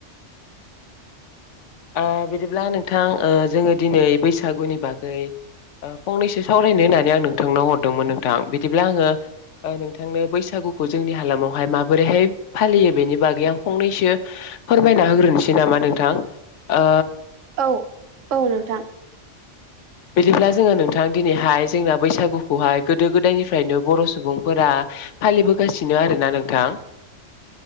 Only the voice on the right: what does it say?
औ औ नोंथां